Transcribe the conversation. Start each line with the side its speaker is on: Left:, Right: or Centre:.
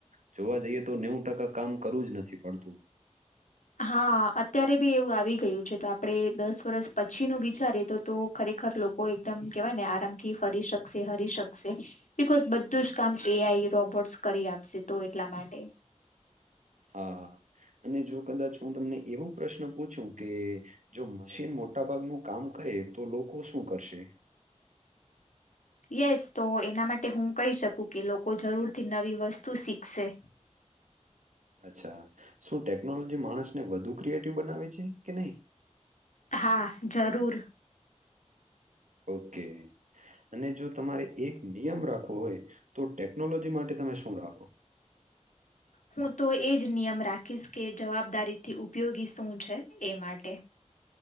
Right: જોવા જઈએ, તો નેવું ટકા કામ કરવુ જ નથી પડતું
Left: હા અત્યારે બી એવું આવી ગયું છે, તો આપડે દસ વરસ પછીનું વિચારીએ તો તો ખરેખર લોકો એકદમ કેવાય ને આરામથી ફરી શકશે, હરી શકશે બિકોઝ બધું જ કામ એઆઈ રોબોટ્સ કરી આપશે, તો એટલા માટે.
Right: હા અને જો કદાચ હું તમને એવું પ્રશ્ન પૂછું. કે જો મશીન મોટા ભાગનું કામ કરે, તો લોકો શું કરશે?
Left: યસ, તો એના માટે હું કઈ સકુ કે લોકો જરૂરથી નવી વસ્તુ સીખશે.
Right: અચ્છા, શું ટેકનોલોજી માણસને વધુ ક્રિએટિવ બનાવે છે કે નહીં?
Left: હા જરૂર.
Right: ઓકે. અને જો તમારે એક નિયમ રાખવો હોય, તો ટેકનોલોજી માટે તમે શું રાખો?
Left: હું તો એ જ નિયમ રાખીશ કે જવાબદારીથી ઉપયોગી શું છે એ માટે.